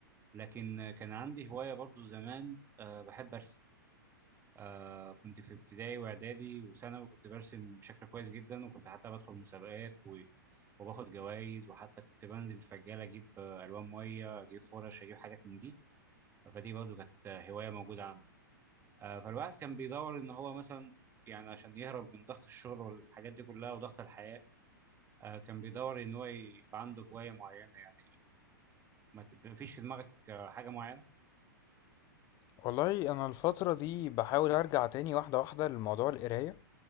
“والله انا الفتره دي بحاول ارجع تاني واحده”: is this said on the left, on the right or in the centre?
Left